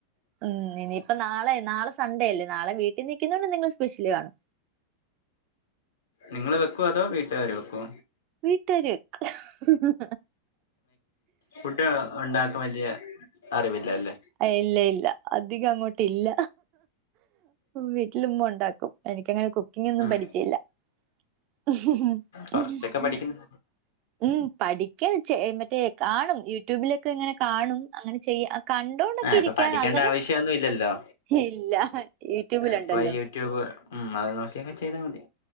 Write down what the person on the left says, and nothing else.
നിങ്ങള് വെക്കൊ. അതോ വീട്ടുകാര് വെക്കൊ.
ഫുഡ് ഉണ്ടാക്കാൻ വല്യ അറിവില്ലലെ.
ഉം
കൊറച്ചൊക്കെ പഠിക്കുന്നു
ആഹ് ഇപ്പൊ
പഠിക്കേണ്ട
ആവശ്യമൊന്നും ഇല്ലല്ലോ
ഇപ്പൊ
യൂട്യൂബ്. ഉം അത് നോക്കി അങ്ങ് ചെയ്താ മതി.